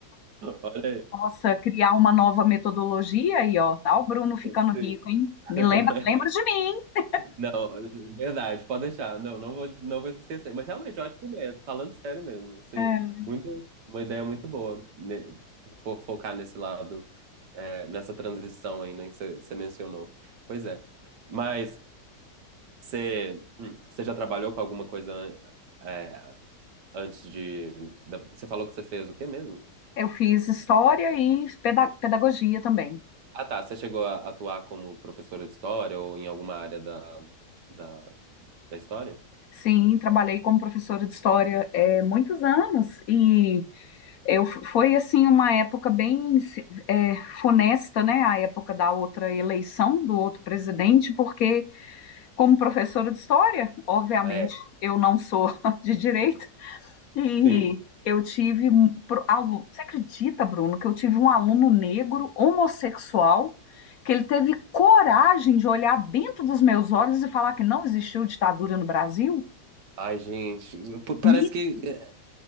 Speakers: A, on the right; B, on the left.
A: Olha
B: Nossa, criar uma nova metodologia aí, ó, tá o Bruno ficando
A: aí. Sim.
B: rico, hein? Me
A: <laughs>
B: lembra, lembra de mim.
A: Não, verdade, pode deixar. Não, não vou, não vou esquecer. Mas realmente, ótima ideia. Tô Falando sério mesmo, assim,
B: É,
A: muito, uma ideia muito boa, né, fo- focar nesse lado, é, nessa transição aí, né, que você você mencionou. Pois é. Mas você, hum, você já trabalhou com alguma coisa, é, antes de. da- você falou que você fez o quê mesmo?
B: eu fiz história e peda- pedagogia também.
A: Ah, tá. Você chegou a atuar como professora de história ou em alguma área da, da, da história?
B: Sim, trabalhei como professora de história é, muitos anos e eu f- foi assim uma época bem é, funesta, né? A época da outra eleição do outro presidente, porque como professora de história, obviamente
A: É,
B: eu não sou <laughs> de direita E
A: sim.
B: eu tive um pro- aluno. Você acredita, Bruno, que eu tive um aluno negro, homossexual, que ele teve coragem de olhar dentro dos meus olhos e falar que não existiu ditadura no Brasil?
A: Ai, gente, p- parece
B: Me-
A: que eh,